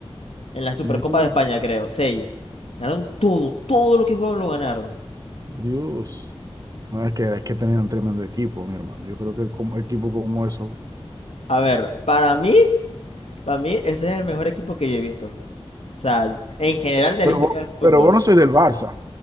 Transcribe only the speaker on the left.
En la Supercopa
de España, creo, seis. Ganaron todo, todo lo que jugaron lo ganaron.
A ver, para mí, para mí ese es el mejor equipo que yo he visto. O sea, en general de
la historia
del fútbol.